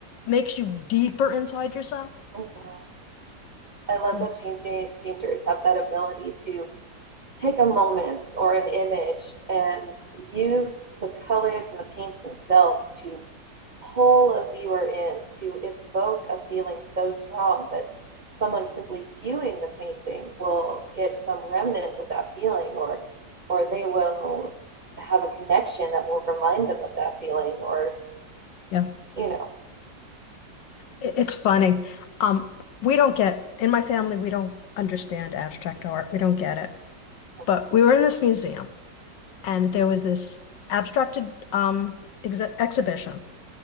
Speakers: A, on the left (about 80°); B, on the right (about 60°).
A: makes you deeper inside yourself.
B: Mhm. I love
A: Yes.
B: that painting painters have that ability to take a moment or an image and use the colors and the paints themselves to pull a viewer in, to evoke a feeling so strong that someone simply viewing the painting will get some remnant of that feeling or or they will have a connection that will remind them of that feeling or
A: Yeah.
B: you know
A: It- it's funny. Um, we don't get in my family, we don't understand abstract art. We don't get it.
B: Mm-hmm.
A: But we were in this museum and there was this abstracted um ex exhibition